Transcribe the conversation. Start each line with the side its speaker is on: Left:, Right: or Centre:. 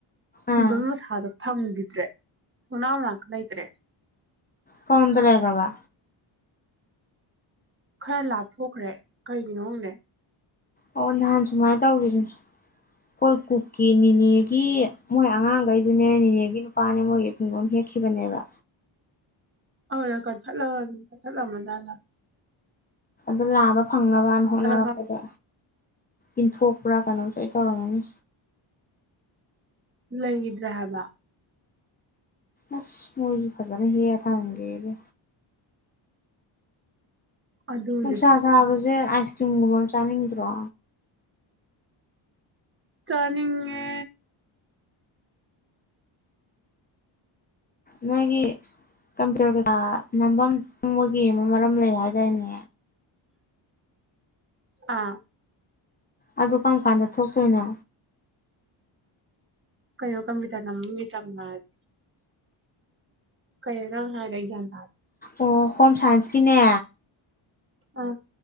Right: ꯄꯨꯡꯗꯣꯟ
Left: ꯑꯥ
Right: ꯃꯁꯥꯗꯣ ꯊꯝꯈꯤꯗ꯭ꯔꯦ ꯊꯣꯡꯅꯥꯎ ꯃꯅꯥꯛꯇ ꯂꯩꯇ꯭ꯔꯦ
Left: ꯀꯥꯗꯣꯝꯗ ꯂꯩꯒ꯭ꯔꯕ
Right: ꯈꯔ ꯂꯥꯞꯊꯣꯛꯈ꯭ꯔꯦ ꯀꯔꯤꯒꯤꯅꯣ ꯈꯪꯗꯦ
Left: ꯑꯣ ꯅꯍꯥꯟ ꯁꯨꯃꯥꯏꯅ ꯇꯧꯒꯤꯕꯅꯦ ꯑꯩꯈꯣꯏ ꯀꯨꯛꯀꯤ ꯅꯤꯅꯦꯒꯤ ꯃꯣꯏ ꯑꯉꯥꯡꯈꯩꯗꯨꯅꯦ ꯅꯤꯅꯦꯒꯤ ꯅꯨꯄꯥꯅꯦ ꯃꯣꯏꯒꯤ ꯄꯨꯡꯗꯣꯟ ꯍꯦꯛꯈꯤꯕꯅꯦꯕ
Right: <unintelligible> ꯃꯨꯊꯠꯂꯃꯖꯥꯠꯂ
Left: ꯑꯗꯨ ꯂꯥꯝꯕ ꯐꯪꯅꯕꯅ ꯍꯣꯠꯅꯔꯛꯄꯗ
Right: ꯈꯪꯗꯦ
Left: ꯏꯟꯊꯣꯛꯄ꯭ꯔꯥ ꯀꯩꯅꯣꯝ ꯁꯣꯏ ꯇꯧꯔꯝꯒꯅꯤ
Right: ꯂꯩꯪꯒꯤꯗ꯭ꯔꯦ ꯍꯥꯏꯕ
Left: ꯑꯁ ꯃꯣꯏꯖꯤ ꯐꯖꯅ ꯍꯦꯛꯑꯒ ꯊꯃꯝꯒꯦꯗꯤ
Right: ꯑꯗꯨꯅꯦ
Left: ꯅꯨꯡꯁꯥ ꯁꯥꯕ ꯁꯦ ꯑꯥꯏꯁꯀ꯭ꯔꯤꯝꯒꯨꯝꯕ ꯑꯃ ꯆꯥꯅꯤꯡꯗ꯭ꯔꯣ
Right: ꯆꯥꯅꯤꯡꯉꯦ
Left: ꯅꯣꯏꯒꯤ ꯀꯝꯄ꯭ꯌꯨꯇꯔ ꯀꯩꯀꯥ ꯅꯝꯕꯝ ꯃꯣꯏꯒꯤ ꯑꯃ ꯃꯔꯝ ꯂꯩ ꯍꯥꯏꯗꯥꯏꯅꯦ
Right: ꯑꯥ
Left: ꯑꯗꯨ ꯀꯝ ꯀꯥꯟꯗ ꯊꯣꯛꯇꯣꯏꯅꯣ
Right: ꯀꯩꯅꯣ ꯀꯝꯄ꯭ꯌꯨꯇꯔ ꯅꯝꯕꯝꯒꯤ ꯆꯪꯕꯗꯤ ꯀꯩꯅꯣ ꯅꯪ ꯍꯥꯏꯗꯣ ꯑꯩ ꯒ꯭ꯌꯥꯟ ꯇꯥꯗꯦ
Left: ꯑꯣ ꯍꯣꯝꯁꯥꯏꯟꯁꯀꯤꯅꯦ
Right: ꯑꯥ